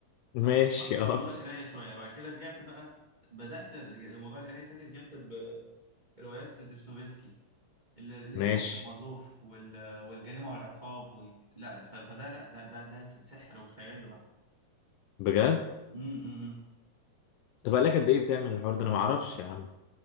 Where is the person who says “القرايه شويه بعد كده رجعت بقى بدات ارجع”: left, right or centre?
Right